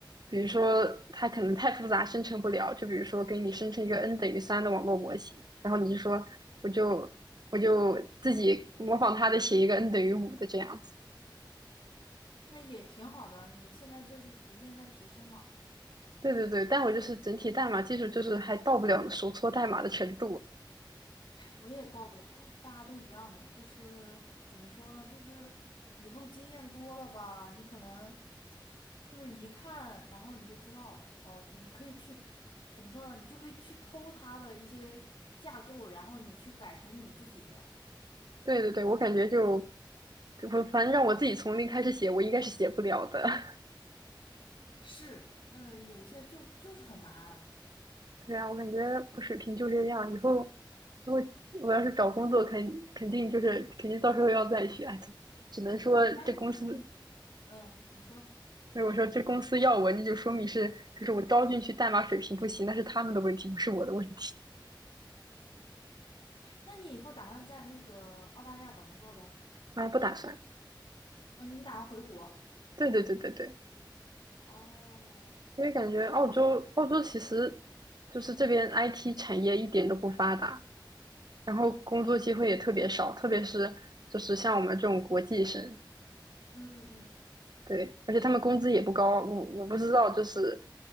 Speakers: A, on the right (about 55°); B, on the left (about 75°).
A: 比如说它可能太复杂生成不了，就比如说给你生成一个 n 等于三的网络模型，然后你就说我就我就自己模仿它的写一个 n 等于五的这样子。
B: 那也挺好的。你现在就是逐渐在提升嘛。
A: 对对对，但我就是整体代码技术就是还到不了手搓代码的程度。
B: 我也到不了了，大家都一样的，就是怎么说呢，就是以后经验多了吧，你可能就是一看，然后你就知道，哦，你可以去怎么说呢，你就可以去偷他的一些架构，然后你去改成你自己的。
A: 对对对，我感觉就我反正让我自己从零开始写，我应该是写不了的。<laughs>
B: 是，那有一些就就是很难啊。
A: 对啊，我感觉不水平就这样。以后如果我要是找工作，肯肯定就是肯定到时候要再学，哎只只能说这公司
B: 哎，那你，嗯，你说，
A: 如果说这公司要我，那就说明是就是我招进去代码水平不行，那是他们的问题，不是我的问题。
B: 那你以后打算在那个澳大利亚找工作呗？
A: 啊，不打算。
B: 嗯，你打算回国？
A: 对对对对对，
B: 哦，
A: 因为感觉澳洲澳洲其实就是这边 IT 产业一点都不发达，然后工作机会也特别少，特别是就是像我们这种国际生，
B: 嗯嗯
A: 对，而且他们工资也不高，我我不知道，就是